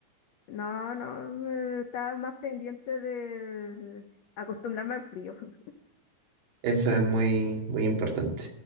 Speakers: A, on the left (about 80°); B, on the right (about 80°).
A: No, no, eh, estaba más pendiente de acostumbrarme al frío. <laughs>
B: Eso es muy, muy importante.